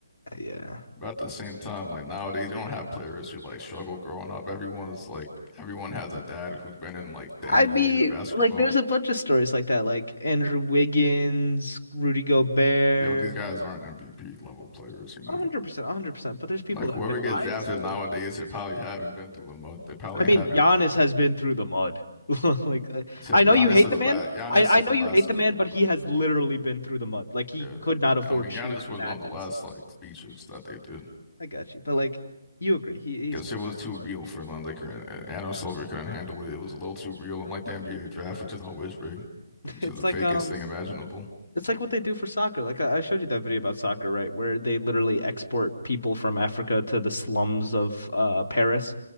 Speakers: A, on the left; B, on the left.
A: Uh, Yeah.
B: But at the same time, like nowadays, you don't have players who like struggle growing up. Everyone's like, everyone has a dad who's been in like the
A: I
B: NBA
A: mean,
B: or basketball.
A: like, there's a bunch of stories like that, like Andrew Wiggins, Rudy Gobert,
B: Yeah, but these guys aren't MVP level players, you
A: 100%,
B: know.
A: 100%. But there's people
B: Like
A: that
B: whoever
A: could
B: gets
A: rise
B: drafted
A: to.
B: nowadays, they probably haven't been through the mud. They probably
A: I mean,
B: haven't
A: Giannis
B: like
A: has been through the mud. <laughs> Like, uh,
B: I said
A: I
B: Giannis
A: know you hate
B: is
A: the
B: the
A: man.
B: last. Giannis
A: I, I
B: is the
A: know you
B: last
A: hate the
B: of
A: man,
B: the
A: but he
B: of the
A: has
B: breed.
A: literally been through the mud. Like, he
B: Yeah,
A: could not afford
B: I mean
A: shoes
B: Giannis was
A: in Athens.
B: one of the last like speeches that they did
A: I got you. But, like, you agree. He, he's
B: because
A: been
B: it was
A: through
B: too
A: the mud.
B: real for them. They couldn't. Adam Silver couldn't handle it. It was a little too real, unlike the NBA draft, which is always rigged,
A: <laughs>
B: which
A: It's
B: is the
A: like,
B: fakest
A: um,
B: thing imaginable.
A: It's like what they do for soccer. Like I I showed you that video about soccer, right? Where they literally export people from Africa to the slums of uh Paris